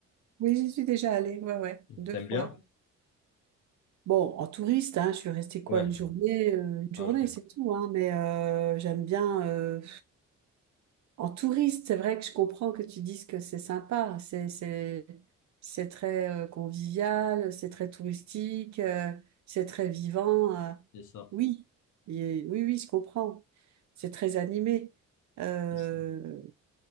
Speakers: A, on the right (about 65°); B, on the left (about 80°).
A: Oui, j'y suis déjà allée. Ouais, ouais, deux
B: T'aimes bien?
A: fois. Bon, en touriste, hein, je suis restée quoi,
B: Ouais.
A: une journée, euh, une
B: Ah
A: journée,
B: ok.
A: c'est tout, hein, mais euh, j'aime bien. euh, en touriste, c'est vrai que je comprends que tu dises que c'est sympa, c'est, c'est, c'est très euh, convivial, c'est très touristique, euh, c'est très vivant. euh,
B: C'est ça.
A: oui, Et- oui, oui, je comprends. C'est très animé. Euh,
B: C'est ça.